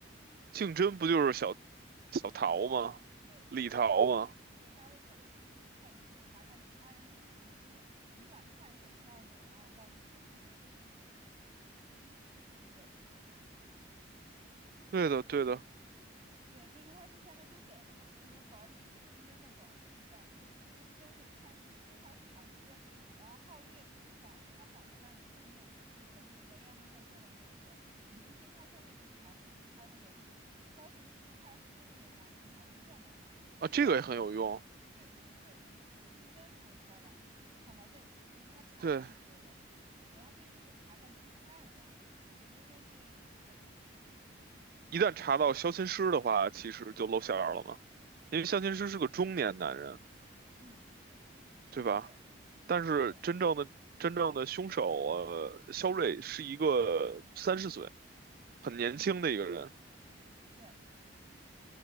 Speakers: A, on the right; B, on the right.
A: 竞争不就是小小桃吗？
B: 李桃，对，李桃。
A: 李桃吗？
B: 对，他会刻的，比如说看一次查看其他人脸的机会，就是你想看谁，你告诉我，然后我告诉你他是谁。对
A: 对的，对的
B: 对，就是他这下面不是给了嘛，在你的本儿里面，竞争的本儿是这样的，就是竞争就是看诗诗，她是唐诗，然后皓月你长她长得让你觉得很眼熟，是你前不久在宴会上见到那女的。刘星她穿着警察制服，她是何意玲。萧琴师他是中年男子，你好像见过他。魏仙儿他是对对对，
A: 啊，这个也很有用。
B: 就是乌竞争，如果出来两次会看到这个，就是他查看一个人，
A: 对，
B: 对他必须得查看其他人的脸。我觉得就是对，嗯
A: 一旦查到相亲师的话，其实就露馅儿了嘛，因为相亲师是个中年男人，
B: 对嗯。
A: 对吧？
B: 对，嗯，
A: 但是真正的真正的凶手，
B: 对，
A: 呃，肖瑞是一个三十岁，很年轻的一个人。
B: 嗯，对，